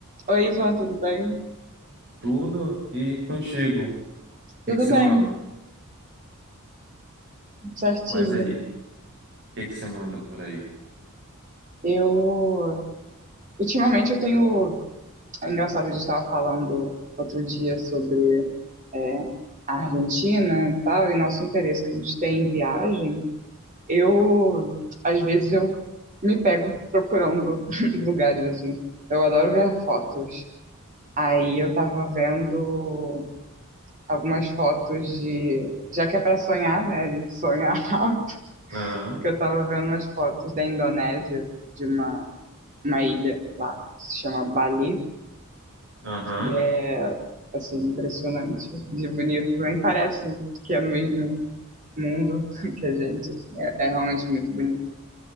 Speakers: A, on the right (about 35°); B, on the right (about 55°).
A: Oi, Ivan, tudo bem?
B: Tudo e contigo. O
A: Tudo
B: que que você
A: bem,
B: manda?
A: certinho.
B: Mas aí, o que que você manda por aí?
A: Eu, ultimamente eu tenho, é engraçado, a gente estava falando outro dia sobre é, a Argentina e tal, e nosso interesse que a gente tem em viagem. Eu, às vezes, eu me pego procurando <laughs> lugares, assim. Eu adoro ver fotos. Aí eu tava vendo algumas fotos de, já que é para sonhar, né, a gente sonha <laughs>
B: Aham,
A: que eu tava vendo umas fotos da Indonésia, de uma, uma ilha lá, que se chama Bali,
B: aham.
A: que é, assim, impressionante de bonito. Nem parece que é no mesmo mundo <laughs> que a gente, assim, é, é realmente muito bonito.